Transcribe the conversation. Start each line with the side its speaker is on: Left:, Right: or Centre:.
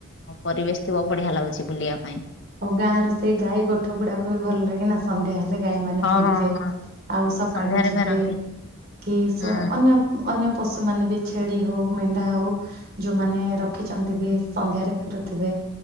Left: ପରିବେଶ ଥିବ ବଢ଼ିଆ ଲାଗୁଚି ବୁଲିବା ପାଇଁ।
Right: ଆଉ ଗାଁ ର ସେଇ ଗାଈ ଗୋଠ ଗୁଡ଼ାକ ବି ଭଲ ଲାଗେ ନା। ସନ୍ଧ୍ୟା ହେଲେ ଗାଈ ମାନେ
Left: ହଁ
Right: ଫେରିବେ
Left: ହଁ ହଁ
Right: ଆଉ ସକାଳୁ
Left: ସନ୍ଧ୍ୟାରେ
Right: ଯିବେ।
Left: ଫେରନ୍ତି
Right: କି ସ
Left: ହୁଁ
Right: ଅନ୍ୟ ଅନ୍ୟ ପଶୁ ମାନେ ବି ଛେଳି ହଉ ମେଣ୍ଢା ହୋଉ। ଯୋଉମାନେ ରଖିଛନ୍ତି ବି ସନ୍ଧ୍ୟାରେ ଫେରୁଥିବେ